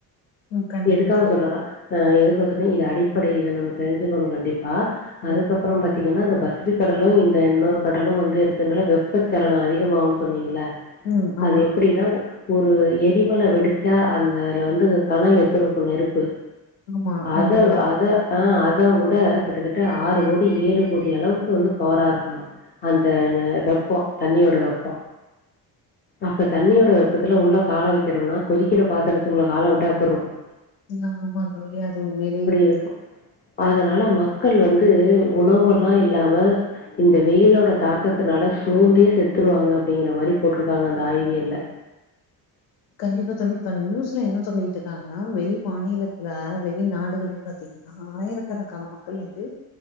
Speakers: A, on the left (about 75°); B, on the left (about 25°).
A: ம் கண்டிப்பா
B: எதுக்காக
A: தோழி
B: சொல்றன்டா அ எதுக்கு வந்துட்டு இது அடிப்படை இத நம்ம தெரிஞ்சுக்கணு கண்டிப்பா அதுக்கப்பறோ
A: ம்
B: பாத் பாத்தீங்கனா இந்த பசுபி கடலூ இந்த இன்னொரு கடலூ வந்து இருக்குதுனல வெப்பச்சலன அதிகமாகும்ன்னு சொன்னீங்கள்ளே
A: ம் ஆமா
B: அது எப்டின்னா உவ் ஒரு எரிமல வெடுச்சா அந்த ல வந்து கனல் எப்புருக்கூ நெருப்பு
A: ஆமா
B: அதவ்
A: அந்த லா
B: அத ஆ அதவ்வோட கிட்டத்தட்ட ஆறு கோடி ஏழு கோடி அளவுக்கு வந்து பவரா இருக்குமா அந்த ந வெப்போ தண்ணியோட வெப்போ அப்ப தண்ணியோட வெப்பத்துல உள்ள காள வக்கிரோனா கொதிக்கிற பாத்திரத்துக்குள்ள காள விட்டா எப்புடிருக்கு
A: ந ஆமாந்தோழி அது உண்மையிலே இருந்து
B: இருக்கும். அதனால மக்கள் வந்து உணவுலா
A: ம்
B: இல்லாம இந்த வெயில்லோட தாக்கத்துனால சோந்தே செத்துருவாங்க அப்டிங்கற மாறி போட்ருக்காங்க அந்த ஆய்வியல்ல
A: கண்டிப்பா தொழி இப்ப நியூஸ்ல என்ன சொல்லிட்டு இருக்காங்கனா வெளி மாநிலத்துல வெளி நாடுகளேன்னு பாத்தீங்க ஆயிரக்கணக்கான மக்கள் வந்து